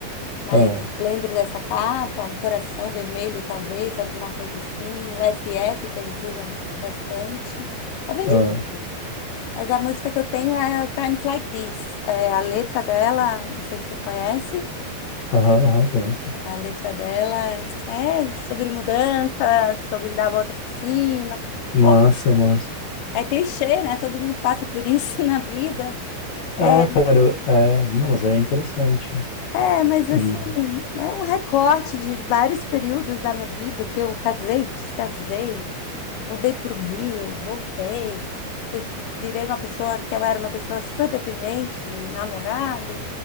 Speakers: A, on the left; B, on the left.
A: Mas
B: Ah,
A: lembro dessa capa, um coração vermelho, talvez, alguma coisa assim. O FF, que eles usam bastante. Eu vendi
B: ah,
A: tudo. Mas a música que eu tenho é o Times Like This. É, a letra dela, não sei se você conhece,
B: aham, aham,
A: mas
B: conheço.
A: a letra dela é sobre mudança, sobre dar a volta por cima.
B: massa,
A: Ó,
B: massa.
A: é clichê, né? Todo mundo passa por isso <laughs> na vida.
B: Ah,
A: É,
B: cara, eu- é, não, mas é interessante.
A: é, mas
B: E,
A: assim, é um recorte de vários períodos da minha vida que eu casei, descasei, Mudei para o Rio, voltei, fui, fi- virei uma pessoa que eu era uma pessoa super dependente de namorado,